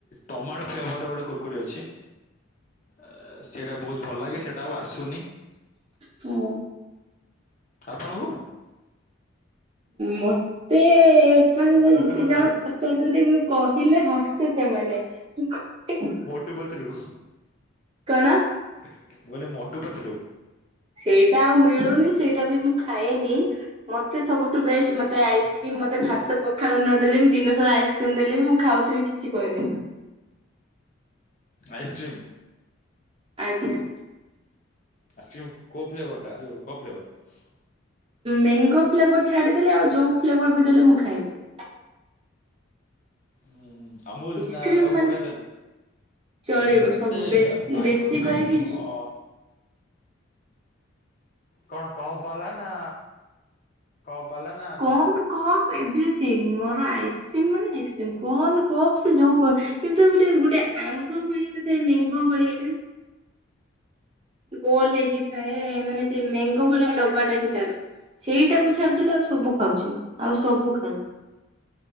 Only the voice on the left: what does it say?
ଟମାଟୋ ଫ୍ଲେଭର ରେ ଗୋଟେ କୁୁରକୁରି ଅଛି। ଅ ସେଇଟା ବହୁତ ଭଲ ଲାଗେ ସେଇଟା ଆଉ ଆସୁନି।
ଆପଣଙ୍କୁ।
ମୋଟୁ
ପତଲୁ
ମୋଟୁ ପତଲୁ।
ମୁଁ କହିଲି ମୋଟୁ ପତଲୁ।
ଆଇସ୍କ୍ରିମ।
ଆଇସ୍କ୍ରିମ କୋଉ ଫ୍ଲେଭର ଟା ଯଉ କୋଉ ଫ୍ଲେଭର।
ହୁଁ ଅମୁଲ
ନା ସବୁ
ପ୍ରକାର ଚାଲେ।
ଥିବ
ମତେ
ଆଇସ୍କ୍ରିମ୍
ଅ। କଣ କପ ବାଲା ନା। କପ୍ ବାଲା ନା
କଣ?
ଅ ହଁ